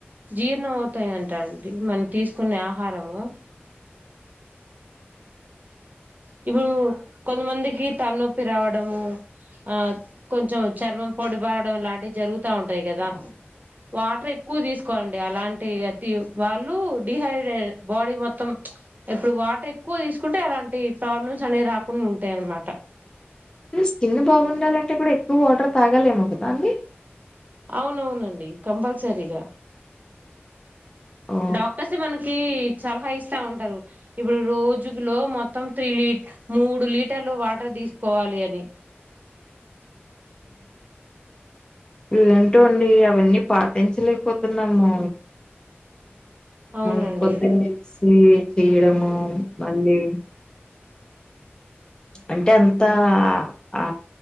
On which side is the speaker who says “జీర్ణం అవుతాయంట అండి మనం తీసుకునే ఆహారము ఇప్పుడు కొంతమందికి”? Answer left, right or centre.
Right